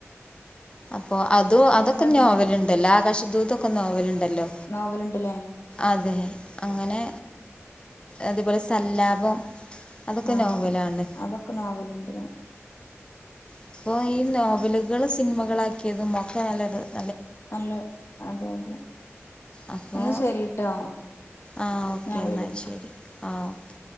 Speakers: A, on the left (about 20°); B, on the left (about 60°).
A: അപ്പൊ അതു
B: നല്ല
A: അതൊക്കെ
B: അഭിനയ
A: നോവല് ഇണ്ടല്ലോ. ആകാശദൂതൊക്കെ നോവല് ണ്ടല്ലോ.
B: നോവലുണ്ടല്ലേ
A: അതെ അങ്ങനെ അതുപോലെ സല്ലാപം അതൊക്കെ
B: ആഹ്
A: നോവലാണ്
B: അതൊക്കെ നോവലുണ്ട് ലെ
A: അപ്പൊ ഈ നോവലുകള് സിനിമകളാക്കിയതും ഒക്കെ നല്ല ര
B: നല്ല അതെ അതെ
A: അപ്പോ
B: എന്നാ ശരിട്ടോ
A: ആഹ് ഓക്കേ
B: ഞാൻ
A: എന്നാ
B: വിളി
A: ശരി ആഹ് ഓക്കേ